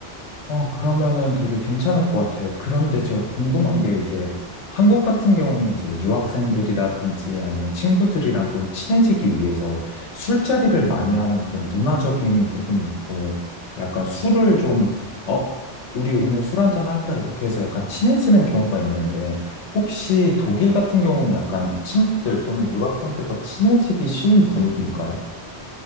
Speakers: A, on the left; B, on the left.
A: 아, 그러면은 되게 괜찮을 것 같아요. 그런데 제가 궁금한
B: 음, 음.
A: 게 이제 한국 같은 경우는 이제 유학생들이라든지 아니면 친구들이랑 좀 친해지기 위해서 술자리를
B: 음.
A: 많이 하는 그런 문화적인 부분이 있고 약간 술을 좀, 어, 우리 오늘 술 한잔 할까? 이렇게 해서 약간 친해지는 경우가 있는데 혹시 독일 같은 경우는 약간 친구들 또는 유학생들과 친해지기 쉬운 분위기일까요?